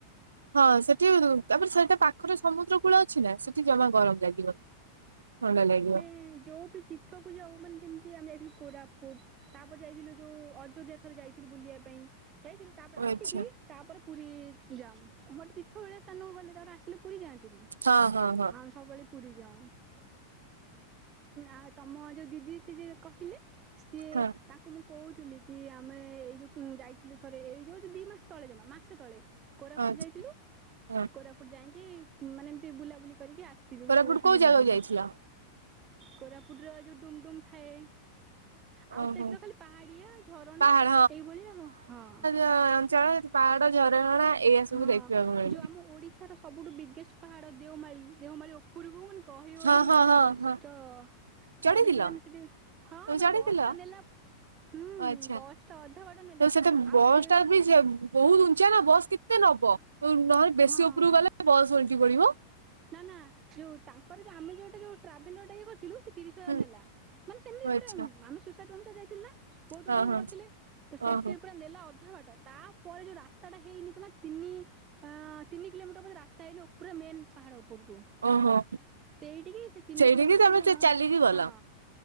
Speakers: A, on the right (about 75°); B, on the right (about 30°).
A: ହଁ ସେଠି ତାପରେ ସେଇଟା ପାଖରେ ସମୁଦ୍ର ଫୂଳ ଅଛି ନା ସେଠି ଜମା ଗରମ ଲାଗିବ ଥଣ୍ଡା ଲାଗିବ।
B: ହୁଁ ଯୋଉ ଟୁ ତୀର୍ଥକୁ ଯାଉ ମାନେ ଯେମିତି ଆମେ ଯାଇଥିଲୁ କୋରାପୁଟ ତାପରେ ଯାଇଥିଲୁ ଯୋଉ ଅଯୋଧ୍ୟା ଥରେ ଯାଇଥିଲୁ ବୁଲିବା ପାଇଁ ଯାଇଥିଲୁ ତାପରେ
A: ଓ
B: ଆସିକି
A: ଆଚ୍ଛା।
B: ତାପରେ ପୁରୀ ଯାଉ ମୋରଟେ ତୀର୍ଥ ଭଳିଆ ସ୍ଥାନକୁ ଗଲେ ତାପରେ ଆସିଲେ ପୁରୀ ଯାଆନ୍ତିନି।
A: ହଁ ହଁ। ହଁ
B: ଆମେ ସବୁବେଳେ ପୁରୀ ଯାଉ ଆଉ ତମ ଯୋଉ ଦିଦି ଥିଜିଏ ଯେ କହିଲେ ସିଏ
A: ହଁ
B: ତା କୁ ମୁଁ କହୁଥିଲି କି ଆମେ ଏଇ ଯୋଉ ଯାଇଥିଲୁ ଥରେ ଏଇ ଯୋଉ ଦି ମାସ ତଳେ ଜମା ମାସ ତଳେ କୋରାପୁଟ
A: ଆଚ୍ଛା
B: ଯାଇଥିଲୁ
A: ହଁ।
B: କୋରାପୁଟ ଯାଇକି ମାନେ ଏମତି ବୁଲାବୁଲି କରିକି ଆ ମୁଁ
A: କୋରାପୁଟ
B: କହୁଥିଲି
A: କୋଉ
B: ଦିଦିଙ୍କୁ
A: ଜାଗାକୁ ଯାଇଥିଲ?
B: କୋରାପୁଟ ର ଯୋଉ ଡୁମଡୁମ ଥାଏ। ଆଉ
A: ଓହୋ।
B: ସେଠି ତ ଖାଲି ପାହାଡିଆ ଝରଣା
A: ପାହାଡ
B: ଏଇଭଳିଆ ହଁ।
A: ହଁ ଆମ୍ ଚଳଦ୍ ପାହାଡ ଝରଣା ଏଇଆ
B: ହଁ
A: ସବୁ ଦେଖିବାକୁ ମିଳେ।
B: ଯୋଉ ଆମ ଓଡିଶାର ସବୁଠୁ ବିଗେଷ୍ଟ ପାହାଡ ଦେଓମାଈ ଦେଓମାଳୀ ଓ ପୂର୍ବ ମନ କହିବନି
A: ହଁ ହଁ
B: କେତେ
A: ହଁ
B: କଷ୍ଟ
A: ହଁ ଚଢିଥିଲ
B: ଚଢିକି ମାନେ ସେଠି ହଁ
A: ତମେ
B: ମାନେ
A: ଚଢିଥିଲ
B: ବସଟା ନେଲା ହୁଁ
A: ଓ ଆଚ୍ଛା।
B: ବସ ଟା ଅଧା ବାଟ ନେଲା
A: ତ ସେଟା ବସ୍
B: ଆଉ ସେ
A: ଟା ବି ଯେ ବହୁତ ଉଞ୍ଚା ନା ବସ୍ କେତେ ନବ ନହେଲେ ବେଶୀ
B: ହଁ।
A: ଉପରକୁ ଗଲେ ବସ ଓଲଟି ପଡିବ
B: ନା ନା ଯୋଉ ତାଙ୍କର ଯୋଉ ଆମେ ଯୋଉଟେ ଯୋଉ ଟ୍ରାଭେଲର ଟା ଇଏ କରିଥିଲୁ ତିରିଶ ହଜାର
A: ହୁଁ।
B: ନେଲା ମାନେ ସେମିତି
A: ଓ ଆଚ୍ଛା
B: ପୁରା ଆମେ ସୁସାଇଟି ଅନୁସାରେ ଯାଇଥିଲ ନା। ବୋହୁତ
A: ହଁ
B: ଗୁଡ଼େ ମେମ୍ବର
A: ହଁ
B: ଥିଲେ ତ ସେ
A: ଓହୋ
B: ସିଏ ପୁରା ନେଲା ଅଧା ବାଟ ତାପରେ ଯୋଉ ରାସ୍ତାଟା ହେଇନି ନଥିଲା ତିନି ପା ତିନି କିଲୋମିଟର ହବ ରାସ୍ତା ହେଇନି ଉପରେ ମେନ୍ ପାହାଡ ଉପରକୁ।
A: ଓହୋ।
B: ସେଇଠିକି ସେ ତିନି
A: ସେଇଠିକି
B: କିଲୋମିଟର
A: ତମେ
B: ଯ
A: ସେ ଚାଲିକି ଗଲ
B: ହଁ